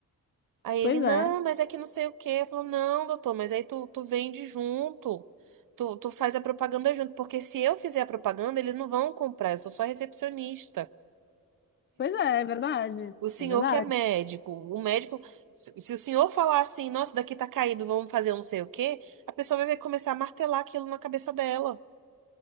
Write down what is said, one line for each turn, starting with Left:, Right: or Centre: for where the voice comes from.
Right: Aí
Left: pois
Right: ele, não,
Left: é,
Right: mas é que não sei o quê. Eu falo, não, doutor, mas aí tu, tu vende junto. Tu, tu faz a propaganda junto. Porque se eu fizer a propaganda, eles não vão comprar. Eu sou só recepcionista.
Left: pois é, é verdade,
Right: O senhor
Left: é verdade.
Right: que é médico, o médico, se se o senhor falar assim, nossa, daqui tá caído, vamos fazer um não sei o quê, a pessoa vai começar a martelar aquilo na cabeça dela.